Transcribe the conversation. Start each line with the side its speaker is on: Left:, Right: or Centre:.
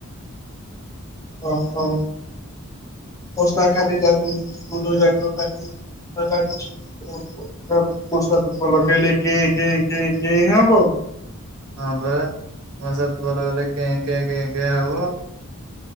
Left: ଓହୋ ବସ୍ତା ଖାଲି ଲାଗୁ ଗୋଦ ଯାକ ଖାଲି <inaudible> କ ଦ <inaudible> ଭାବୁଛି ମଶା ଧୁପ ଲଗେଇଲେ କେଁ କେଁ କେଁ କେଁ ହବ।
Right: ହଁ ପରା ମଶା ଧୂପ ଲଗାଇଲେ କେଁ କେଁ କେଁ କେଁ ହବ।